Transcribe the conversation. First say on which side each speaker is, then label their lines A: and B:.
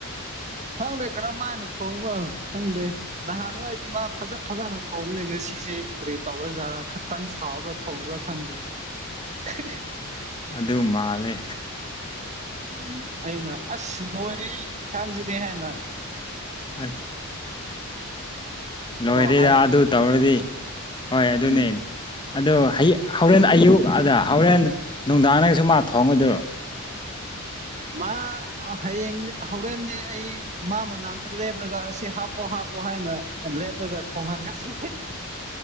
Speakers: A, on the right (about 30°); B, on the left (about 20°).
A: ꯈꯪꯗꯦ ꯀꯔꯝ ꯍꯥꯏꯅ ꯊꯣꯡꯕꯣꯣ ꯈꯪꯗꯦ ꯅꯍꯥꯟꯋꯥꯏꯗꯤ ꯃꯥ ꯐꯖ ꯐꯖꯅ ꯊꯣꯡꯅꯤ ꯉꯁꯤꯁꯦ ꯀꯔꯤ ꯇꯧꯔ ꯖꯠꯥ ꯈꯇꯪ ꯁꯥꯎꯕ꯭ꯔꯥ ꯊꯣꯡꯕ꯭ꯔꯥ ꯈꯪꯗꯦ <unintelligible> <inaudible>
B: ꯑꯗꯨ ꯃꯥꯂꯦ
A: ꯎꯝ ꯑꯩꯅ ꯑꯁ ꯂꯣꯏꯔꯦ ꯑꯩꯁꯥꯡꯁꯤꯗꯤꯩ ꯍꯥꯏꯅ
B: ꯑ <inaudible> ꯂꯣꯏꯔꯦꯗ
A: ꯑꯣ ꯍꯥꯏꯌꯣ
B: ꯑꯗꯨ ꯇꯧꯔꯗꯤ ꯍꯣꯏ
A: ꯎꯝ
B: ꯑꯗꯨꯅꯦ ꯑꯗꯨ ꯍꯦꯟ ꯑꯌꯨꯛ ꯑꯗ ꯍꯣꯔꯦꯟ ꯅꯨꯡꯗꯥꯡ ꯅꯪꯁꯨ ꯃꯥ ꯊꯣꯡꯒꯗꯣꯏꯔꯣ
A: ꯃꯥ ꯍꯌꯦꯡ ꯍꯣꯔꯦꯟꯗꯦ ꯑꯩ ꯃꯥ ꯃꯅꯥꯛꯇ ꯂꯦꯞ꯭ꯔꯒ ꯑꯁꯤ ꯍꯥꯞꯄꯣ ꯍꯥꯞꯄꯣ ꯍꯥꯏꯅ ꯂꯦꯞꯄꯒ ꯊꯣꯡꯍꯟꯒꯅꯤ